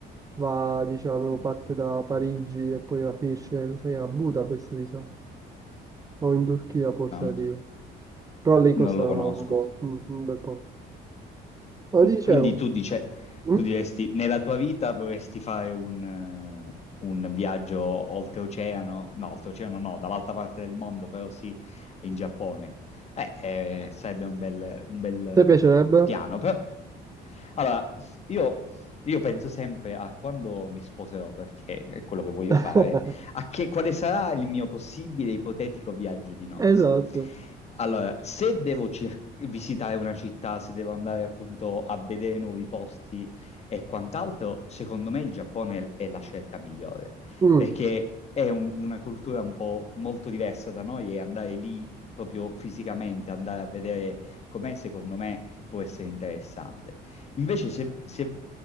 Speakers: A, on the right; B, on the left.
A: va, diciamo,
B: Mm.
A: parte da Parigi e poi finisce se- a Budapest, mi sa, o in Turchia forse
B: non,
A: arriva. Però lì costa
B: non lo conosco.
A: un po', un un bel po'. Ma dicevo,
B: Quindi tu dice,
A: mm?
B: tu diresti, nella tua vita vorresti fare un, eh, un viaggio oltreoceano, no, oltreoceano no, dall'altra parte del mondo, però sì, in Giappone. Eh, eh, sarebbe un bel, un bel eh,
A: ti piacerebbe?
B: piano, però... Allora, io, io penso sempre a quando mi sposerò, perché è quello che voglio
A: <laughs>
B: fare, a che, quale sarà il mio possibile ipotetico viaggio di nozze.
A: Esatto.
B: Allora, se devo cir- visitare una città, se devo andare appunto a vedere nuovi posti e quant'altro, secondo me il Giappone è la scelta migliore,
A: Mm.
B: perché è un- una cultura un po' molto diversa da noi e andare lì proprio fisicamente, andare a vedere com'è, secondo me può essere interessante. Invece se, se